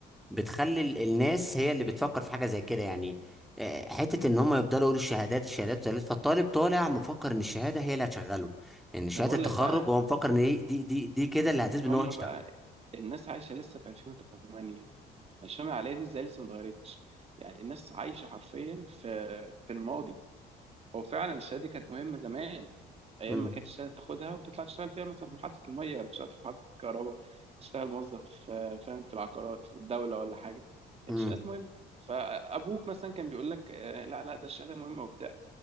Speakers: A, in the centre; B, on the right (about 35°).
A: بتخلي ال- الناس هي اللي بتفكر في حاجه زي كده يعني آه، حته ان هم يفضلوا يقولوا الشهادات الشهادات الشهادات فالطالب طالع مفكر ان الشهاده هي اللي هتشغله ان شهاده
B: ما بقول
A: التخرج
B: لك بقى
A: هو مفكر ان دي دي دي, دي كده اللي هتثبت ان
B: هم
A: هو يشتغل
B: بقى الناس عايشه لسه في 2008 الشمال العاليه دي ازاي لسه ما اتغيرتش يعني الناس عايشه حرفيا في في الماضي هو فعلا الشهاده دي كانت مهمه زمان ايام
A: امم
B: ما كانت الشهاده تاخدها وتطلع تشتغل فيها مثلا في محطه الميه ولا تشتغل في محطه الكهرباء تشتغل موظف آه، فاهم في العقارات في الدوله ولا حاجه كانت
A: امم
B: الشهادات مهمه فابوك مثلا كان بيقول لك آه، لا لا ده الشهاده مهمه وبتاع.